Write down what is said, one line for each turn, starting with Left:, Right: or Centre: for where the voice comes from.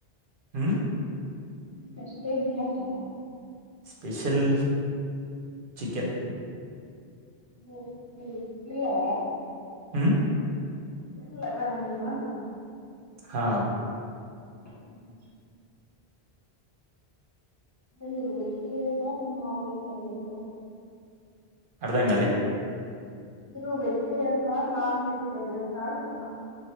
Right: ఉ
Left: మీ స్పెషల్ ఏంటి అంటున్నా
Right: స్పెషిల్ చికెన్
Left: ఓ మీరు చికెన్ లవర
Right: ఉ
Left: చికెన్ లవరా మీరు అంటున్న
Right: హ
Left: <inaudible> మీరు వెజిటలేరియన్స సార్ నాన్ వెజిటరియన్స.
Right: అర్థంగాలే
Left: మీరు వెజిటేరియన్స నాన్ వెజిటేరియన్సా అడుగుతున్నా.